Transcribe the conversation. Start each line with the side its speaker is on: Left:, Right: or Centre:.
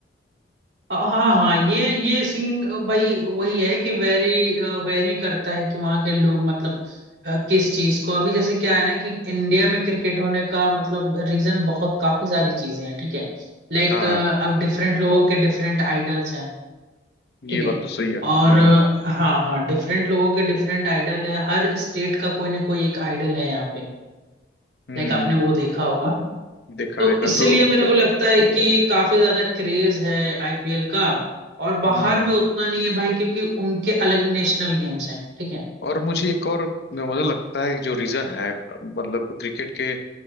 Right: हाँ हाँ ये ये सीन भाई वही है कि वेरी वेरी करता है कि वहाँ के लोग मतलब अ, किस चीज को अभी जैसे क्या है ना कि इंडिया में क्रिकेट होने का मतलब रीजन बहुत काफी सारी चीजें हैं ठीक है लाइक
Left: हाँ
Right: अब डिफरेंट लोगों के डिफरेंट आइडल्स हैं ठीक
Left: ये
Right: है
Left: बात तो सही है
Right: और
Left: हम्म
Right: अ, हाँ हाँ डिफरेंट लोगों के डिफरेंट आइडल है हर स्टेट का कोई ना कोई एक आइडल है यहाँ पे
Left: हम्म
Right: लाइक आपने वो देखा होगा
Left: देखा
Right: तो
Left: देखा
Right: इसलिए
Left: तो
Right: मेरे को लगता है कि काफी ज्यादा क्रेज है आईपीएल का और
Left: हम्म
Right: बाहर में उतना नहीं है भाई क्योंकि उनके अलग नेशनल गेम्स हैं ठीक है
Left: और मुझे एक और मतलब लगता है जो रीजन है मतलब क्रिकेट के